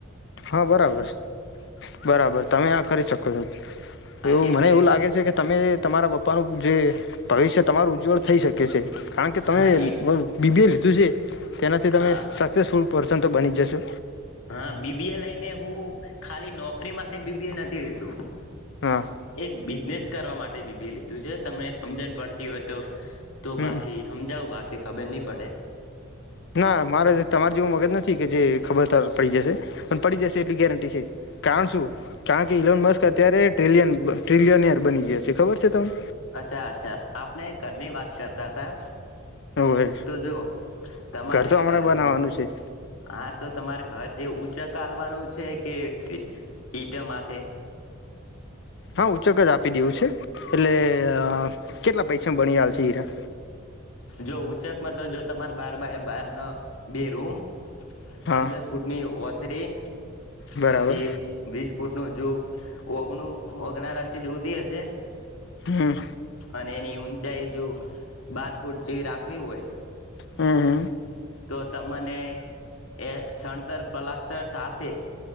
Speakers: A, on the left; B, on the left.
A: હા, બરાબર બરાબર તમે આ કરી શકો છો.
B: હા
A: એવું
B: એટલે
A: મને એવું લાગે છે કે તમે તમારા પપ્પાનું જે ભવિષ્ય તમારું ઉજ્જવળ થઈ શકે છે. કારણ કે તમે
B: હા એ
A: વ બીબીલ તું જે તેનાથી તમે
B: હા
A: સક્સેસફુલ પરસન તો બની જશે.
B: હા બી બી એ લઈને હું ખાલી નોકરી માટે બી બી એ નથી દેતું.
A: હા
B: એક બિઝનેસ કરવા માટે બી બી એ લીધું છે તમને હમજન પડતી હોય તો તો
A: હમ
B: બાકી હમજાવ બાકી ખબર નહી પડે.
A: ના મારે તમારે જેવું મગજ નથી કે જે ખબરદાર પડી જશે. પણ પડી જશે એટલી ગેરંટી છે. કારણ શું કાણ ઇલોન મસ અત્યારે ટ્રિલિયન બ ટ્રિલિનયર બની ગયા છે ખબર છે તમને
B: અચ્છા અચ્છા આપણે ઘરની વાત કરતા હતા
A: હવે
B: તો જો તમારે
A: તો અમારે
B: ઘર
A: બનાવવાનું છે
B: હા તો તમારે ઘર જે ઉઊંચ કાલવાનું છે કે ઈટા માથે
A: હા ઉચક જ આપી દેવું છે એટલે કેટલા પૈસામાં ભણી છે હીરા
B: જો ઉંચકમાં તો જો તમાર બાર બાર બાર ન બે રૂમ
A: હા
B: પંદર ફૂટની ઓસરી
A: બરાબર
B: પછી વીસ ફૂટ ન જો ઓગણું ઓગના રાશિ જોતી હશે
A: હમ
B: અને એની ચહે જો બાર ફૂટ જે રાખવી હોય
A: હમ હમ
B: તો તને એ શણતર પલાસ્તર સાથે